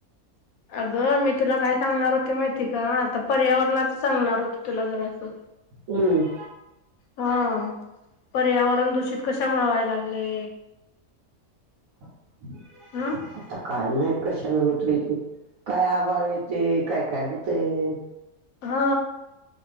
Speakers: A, on the left; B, on the right.
A: अगं मी तुला काय सांगणार होते माहिती का आता पर्यावरणाच सांगणार होते तुला जरा असं
B: हम्
A: हा पर्यावरण दूषित कशा मिळवाय लागले
B: आता
A: हम्
B: काय नाही कशाने होतो इथे काय आबाळ येते काय काय बतय
A: हा